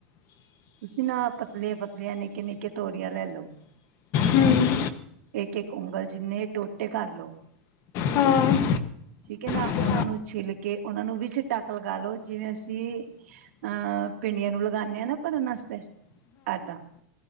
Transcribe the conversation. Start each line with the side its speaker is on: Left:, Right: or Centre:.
Right: ਤੁਸੀਂ ਨਾ ਪਤਲੀਆਂ- ਪਤਲੀਆਂ ਨਿੱਕੇ ਨਿੱਕੇ ਤੋਰੀਆਂ ਲੈ ਲਓ
Left: ਹੂੰ
Right: ਇੱਕ- ਇੱਕ ਉਂਗਲ ਜਿੰਨੇ ਟੋ ਟੇ ਕਰ ਲਓ
Left: ਹਾਂ
Right: ਠੀਕ ਹੈ ਨਾ।
Left: ਹਾਂ
Right: ਉਹਨਾਂ ਨੂੰ ਛਿੱਲ ਕੇ ਉਹਨਾਂ ਨੂੰ ਵਿਚ ਟੱਕ ਲਗਾ ਲਓ ਜਿਵੇਂ ਅਸੀਂ ਅਹ ਭਿੰਡੀਆਂ ਨੂੰ ਲਗਾਨੇ ਹਾਂ ਨਾ। ਭਰਨ ਵਾਸਤੇ ਏਦਾਂ